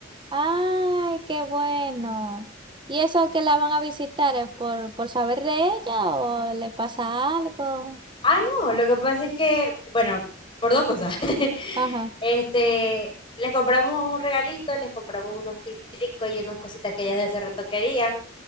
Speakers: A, on the right (about 25°); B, on the left (about 25°).
A: Ay, qué bueno. ¿Y eso que la van a visitar eh, por, por saber de ella o le pasa algo?
B: Ah, no, lo que pasa es que, bueno, por dos cosas. <laughs>
A: Ajá.
B: Este, les compramos un regalito, les compramos unos filtricos y unas cositas que ellas de hace rato querían.